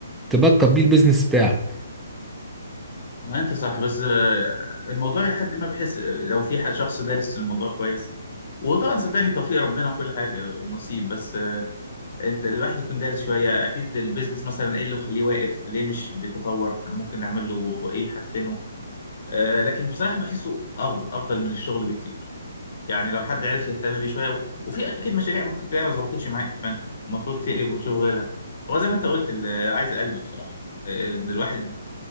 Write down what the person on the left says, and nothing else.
ما انت صح بس آه، الموضوع لحد ما بحس آه، لو في حد شخص دارس الموضوع كويس وطبعا صدقني توفيق ربنا وكل حاجه ونصيب بس آه، انت الواحد يكون دارس شويه اكيد البيزنس مثلا ايه اللي مخليه واقف ليه مش بيتطور ممكن نعمل له ايه يحسنه آه، لكن بصراحه بحسه افضل افضل من الشغل بكتير يعني لو حد عرف يهتم بيه شويه و... وفي اكيد مشاريع ممكن تلاقيها ما ظبطتش معاك فانت المفروض تقلب وتشوف غيرها هو زي ما انت قلت اللي عايز قلب بصراحه ان الواحد